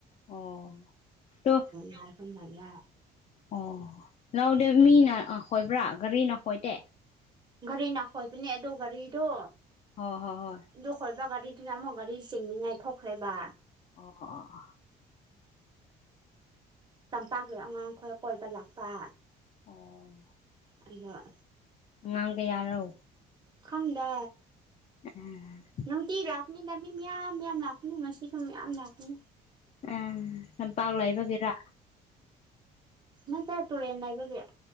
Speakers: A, on the left; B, on the right.
A: ꯑꯣ ꯇꯣ
B: ꯍꯥꯏ ꯑꯗꯨꯝꯅꯕꯤꯦ
A: ꯑꯣ ꯂꯧꯗꯦ ꯃꯤꯅ ꯑ ꯍꯣꯏꯕ꯭ꯔꯥ ꯒꯥꯔꯤꯅ ꯍꯣꯏꯗꯦ
B: ꯒꯥꯔꯤ ꯅꯥꯈꯣꯏꯕꯅꯦ ꯑꯗꯨ ꯒꯥꯔꯤꯗꯣ
A: ꯍ ꯍꯣ ꯍꯣꯏ
B: ꯑ ꯗꯣ ꯈꯣꯏꯕ ꯒꯥꯔꯤꯗꯨꯅ ꯑꯃꯨꯛ ꯒꯥꯔꯤ ꯆꯦꯟꯅꯤꯡꯉꯥꯏ ꯊꯣꯛꯈ꯭ꯔꯦꯕ
A: ꯑꯣ ꯑꯣ ꯑꯣ
B: ꯇꯝꯄꯥꯛꯁꯨ ꯑꯉꯥꯡ ꯈꯔ ꯀꯣꯏꯗ ꯂꯥꯛꯀ
A: ꯑꯣ
B: ꯑ
A: ꯉꯥꯡꯒ ꯌꯥꯔꯣ
B: ꯈꯪꯗ
A: ꯎꯝ
B: ꯅꯨꯡꯇꯤ ꯂꯥꯛꯀꯅꯤꯗ ꯃꯤ ꯃꯌꯥꯝ ꯃꯌꯥꯝ ꯂꯥꯛꯀꯅꯤ ꯉꯁꯤꯁꯨ ꯃꯌꯥꯝ ꯂꯥꯛꯀꯅꯤ
A: ꯎꯝ ꯂꯝꯄꯥꯛ ꯂꯩꯕꯒꯤꯔꯥ
B: ꯅ ꯇꯥꯏ ꯇꯨꯔꯦꯟꯦꯟ ꯂꯏꯕꯒꯌꯥ